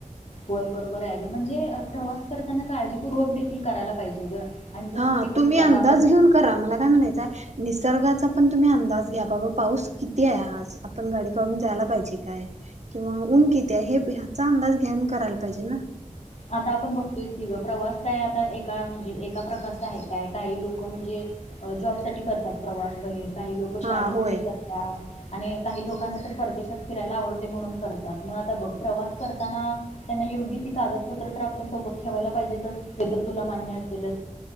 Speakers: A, on the left (about 60°); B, on the right (about 60°).
A: होय बरोबर आहे ग म्हणजे प्रवास करताना काळजीपूर्वक देखील करायला पाहिजे ग आणि जसं
B: हा
A: की बघ
B: तुम्ही
A: की
B: अंदाज
A: आता आपण
B: घेऊन करा मला काय म्हणायचंय निसर्गाचा पण तुम्ही अंदाज घ्या बाबा पाऊस किती आहे आज आपण गाडी काढून जायला पाहिजे काय किंवा ऊन किती आहे हे ह्याचा अंदाज घेऊन करायला पाहिजे ना
A: आता आपण बघतोय ति प्रवास काय आता एका म्हणजे एका प्रकारचा आहे काय काही लोक म्हणजे जॉब साठी करतात प्रवास बाहेर काही लोक शाळेसाठी
B: हा होय
A: करतात. आणि काही लोकांना तर परदेशात फिरायला आवडते म्हणून करतात मग आता बघ प्रवास करताना त्यांना योग्य ती कागदप त्र आपल्या सोबत ठेवायला पाहिजे तर हे तर तुला मान्य असेलच.